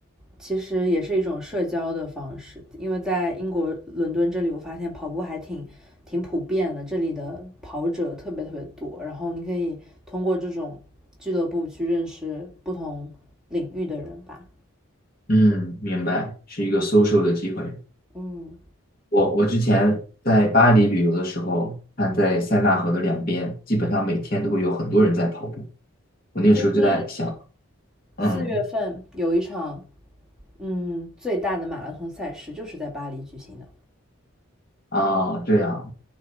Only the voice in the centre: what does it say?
其实也是一种社交的方式，因为在英国伦敦这里，我发现跑步还挺挺普遍的，这里的跑者特别特别多，然后你可以通过这种俱乐部去认识不同领域的人吧。
嗯，
最近
四月份有一场嗯最大的马拉松赛事，就是在巴黎举行的。